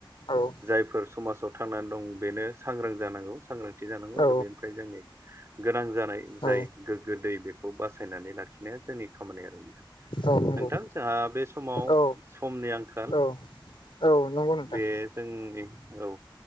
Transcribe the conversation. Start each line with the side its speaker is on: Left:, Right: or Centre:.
Left: औ
Right: जायफोर समाजाव थांनानै दं बेनो सांग्रां जानांगौ सांग्रांथि जानांगौ
Left: औ
Right: आरो बेनिफ्राय जोंनि गोनां जानाय
Left: औ
Right: जाय गोग गो दै बेखौ बासायनानै लाखिनाया जोंनि खामानि आरो नोंथां।
Left: औ नंगौ
Right: ओ बे समाव
Left: औ
Right: समनि आंखाल।
Left: औ औ नंगौ नोंथां
Right: बे जोंनि औ